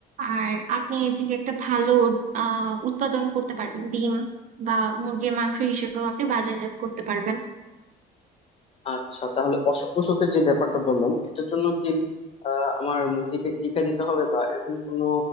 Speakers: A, on the right (about 50°); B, on the left (about 35°).
A: আর আপনি এ থেকে একটা ভালো আহ উৎপাদন করতে পারবেন ডিম বা মুরগির মাংস হিসেবেও আপনি বাজারজাত করতে পারবেন
B: আচ্ছা তাহলে অসুখ বিসুখের যে ব্যাপারটা বললেন এটার জন্য কি আহ, আমার মুরগিকে টিকা দিতে হবে বা এরকম কোনো